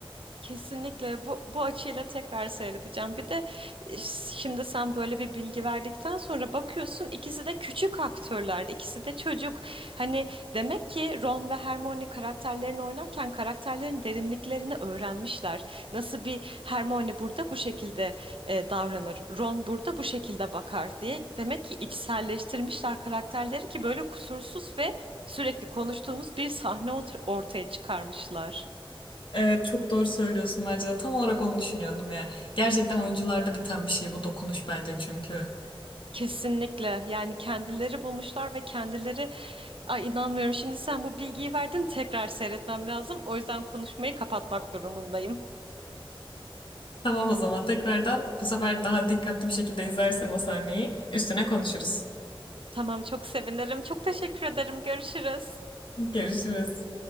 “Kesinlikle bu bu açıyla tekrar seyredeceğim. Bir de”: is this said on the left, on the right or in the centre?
Right